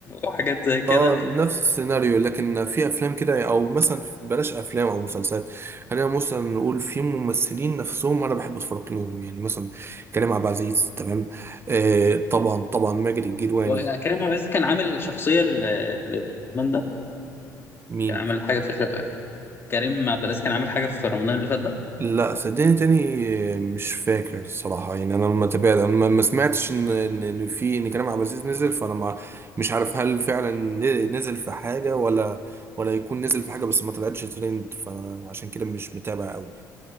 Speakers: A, on the left; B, on the right.
A: وحاجات زي كده
B: اه نفس السيناريو لكن في افلام كده او مثلا بلاش افلام او مسلسلات خلينا مثلا نقول في ممثلين نفسهم انا بحب اتفرج لهم يعني مثلا كريم عبد العزيز تمام آه طبعا طبعا ماجد الكدواني
A: وكريم عبد العزيز كان عامل الشخصيه اللي اللي من ده
B: مين
A: كان عامل حاجه في كريم عبد العزيز كان عامل حاجه في رمضان اللي فات ده
B: لا صدقني تاني آه، مش فاكر الصراحة يعني انا ما تابعت انا ما ما سمعتش ان ان إن في ان كريم عبد العزيز نزل فانا ما مش عارف هل فعلا نزل في حاجة ولا ولا يكون نزل في حاجة بس ما طلعتش ترند فانا عشان كده مش متابع قوي